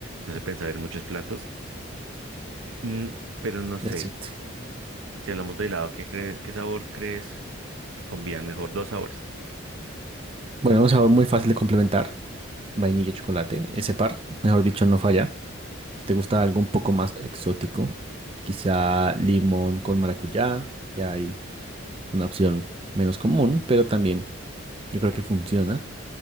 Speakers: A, on the right; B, on the right.
A: No se pensaba en muchos platos. Mm, pero no sé,
B: Es cierto.
A: si hablamos de helado, ¿qué cre- qué sabor crees que combinan mejor? Dos sabores.
B: Bueno, un sabor muy fácil de complementar. Vainilla y chocolate. Ese par, mejor dicho, no falla. Si te gusta algo un poco más exótico, quizá limón con maracuyá. Ya ahí es una opción menos común, pero también yo creo que funciona.